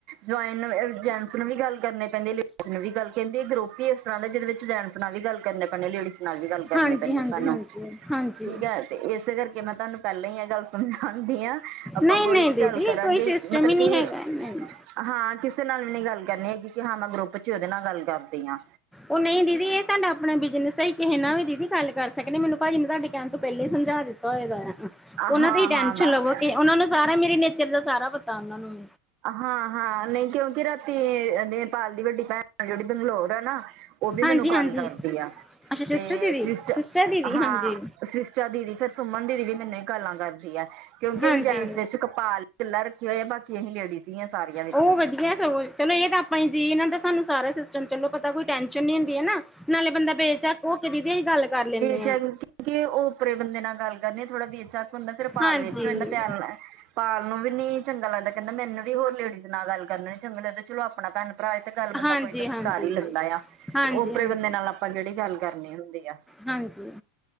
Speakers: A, on the right (about 50°); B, in the centre.
A: ਜੁਇਨ ਜੈਟਸ ਨੂੰ ਵੀ ਗੱਲ ਕਰਨੀ ਪੈਂਦੀ ਆ, ਲੇਡੀਸ ਨੂੰ ਵੀ ਗੱਲ ਕਹਿਦੇ ਗਰੁਪ ਹੀ ਇਸ ਤਰ੍ਹਾਂ ਦੇ ਜਿਹਦੇ ਵਿੱਚ ਜੈਂਟਸ ਨਾਲ ਵੀ ਗੱਲ ਕਰਨੀ। ਆਪਣੇ ਲੇਡੀਜ਼ ਨਾਲ ਵੀ ਗੱਲ
B: ਹਾਂਜੀ-ਹਾਂਜੀ-ਹਾਂਜੀ-ਹਾਂਜੀ-ਹਾਂਜੀ।
A: ਕਰਨੀ ਪੈਣੀ ਆ ਸਾਨੂੰ ਠੀਕ ਏ। ਤੇ ਇਸੇ ਕਰਕੇ ਮੈਂ ਤੁਹਾਨੂੰ ਪਹਿਲਾਂ ਹੀ ਇਹ ਗੱਲ ਸਮ ਹਾਂਦੀ ਹਾਂ। ਆਪਾਂ
B: ਨਹੀਂ-ਨਹੀਂ
A: ਕੋਈ
B: ਦੀਦੀ
A: ਗੱਲ ਕਰਾਂਗੇ
B: ਕੋਈ ਸਿਸਟਮ
A: ਮਤਲਬ
B: ਹੀ ਨਹੀਂ
A: ਕਿ
B: ਹੈਗਾ ਨਹੀਂ।
A: ਹਾਂ। ਕਿਸੇ ਨਾਲ ਵੀ ਨਹੀ ਗੱਲ ਕਰਨੀ ਹੈਗੀ ਕਿ ਹਾਂ, ਮੈਂ ਗਰੁੱਪ ਚ ਉਹਦੇ ਨਾਲ ਗੱਲ ਕਰਦੀ ਆ।
B: ਓ ਨਹੀਂ ਦੀਦੀ ਇ ਤੁਹਾਡਾ ਆਪਣਾ ਬਿਜਨਸ ਸਹੀ ਕਿਸੇ ਨਾ ਵੀ ਦੀਦੀ ਗੱਲ ਕਰ ਸਕਦੇ ਆ, ਮੈਨੂੰ ਭਾਜੀ ਨੇ ਤਾਡੇ ਕਹਿਣ ਤੋਂ ਪਹਿਲੇ ਹੀ ਸਮਝਾ ਦਿੱਤਾ ਹੋਏ ਦਾ। ਉਹਨਾਂ
A: ਹਾਂ-ਹਾਂ
B: ਦੀ ਹੀ ਟੈਨਸ਼ਨ
A: ਬਸ
B: ਲਵੋ, ਕਿ ਉਹਨਾਂ ਨੂੰ ਸਾਰਾ ਮੇਰੇ ਨੇਚਰ ਦਾ ਸਾਰਾ ਪਤਾ ਉਹਨਾਂ ਨੂੰ।
A: ਹਾਂ -ਹਾਂ ਨਹੀਂ ਕਿਉਂਕਿ ਰਾਤੀ ਨੇਪਾਲ ਦੀ ਵੱਡੀ ਭੈਣ ਜਿਹੜੀ ਬੰਗਲੋਰ ਆ ਨਾ ਉਹ ਵੀ
B: ਹਾਂਜੀ
A: ਮੈਨੂੰ ਗੱਲ
B: ਹਾਂਜੀ
A: ਕਰਦੀ ਆ।
B: ਅੱਛਾ ਸਿਸਟਰ
A: ਤੇ
B: ਦੀਦੀ
A: ਸ੍ਰਿਸ਼ਟ
B: ਸਿਸਟਰ ਦੀਦੀ
A: ਹਾਂ,
B: ਹਾਂਜੀ
A: ਸ੍ਰਿਸ਼ਟ ਦੀਦੀ, ਫਿਰ ਸੁਮਨ ਦੀਦੀ ਵੀ ਮੈਨੂੰ ਗੱਲਾਂ ਕਰਦੀ ਏ, ਕਿਉਂਕਿ
B: ਹਾਂਜੀ
A: ਅਸੀਂ ਜੈਂਟਸ ਵਿੱਚ ਕਪਾਲ ਕਿਲਾ ਰੱਖੀ ਹੋਏ ਆ, ਬਾਕੀ ਅਸੀ ਲੇਡੀਜ਼ ਹੀ ਆ ਸਾਰੀਆਂ। ਵਿੱਚ
B: ਉਹ ਵਧੀਆ ਸਗੋਂ, ਚਲੋ, ਇਹ ਤਾਂ ਆਪਾਂ ਹੀ ਜੀਅ ਇਹਨਾਂ ਦਾ ਸਾਨੂੰ ਸਾਰਾ ਸਿਸਟਮ ਚਲੋ ਪਤਾ ਕੋਈ ਟੈਸ਼ਨ ਨੀ ਹੁੰਦੀ ਹਨਾਂ,, ਨਾਲੇ ਬੰਦਾ ਬੇਚੱਕ ਉਹ ਕਰਦੀ ਦੀਦੀ ਗੱਲ ਕਰ ਲੈਂਦੇ ਹਾਂ।
A: ਚੰਗੇ ਕਿ ਉੱਪਰੇ ਬੰਦੇ ਨਾਲ ਗੱਲ ਕਰਨੀ, ਥੋੜਾ ਬੇ ਝਕ ਹੁੰਦਾ ਫਿਰ ਪਾਲ
B: ਹਾਂਜੀ
A: ਵਿੱਚ ਹੋ ਜਾਂਦਾ ਪਿਆਰ ਨਾਲ। ਪਾਲ ਨੂੰ ਵੀ ਨੀ ਚੰਗਾ ਲੱਗਦਾ, ਕਹਿੰਦਾਮੈਨੂੰ ਵੀ ਹੋਰ ਲੇਡੀਜ਼ ਨਾਲ ਗੱਲ ਕਰਨ ਚੰਗਾ ਲੱਗਦਾ, ਚਲੋ ਆਪਣਾ ਭੈਣ -ਭਰਾ ਹੋਏ ਤੇ ਗੱਲ ਬੰਦਾ
B: ਹਾਂਜੀ
A: ਕੋਈ ਤਾਂ
B: ਹਾਂਜੀ
A: ਕਰ ਹੀ ਲੈਂਦਾ ਆ।
B: ਹਾਂਜੀ
A: ਤੇ ਓਪਰੇ
B: ਹਾਂਜੀ
A: ਬੰਦੇ ਨਾਲ ਆਪਾਂ ਕਿਹੜੀ ਗੱਲ ਕਰਨੀ ਹੁੰਦੀ ਆ।
B: ਹਾਂਜੀ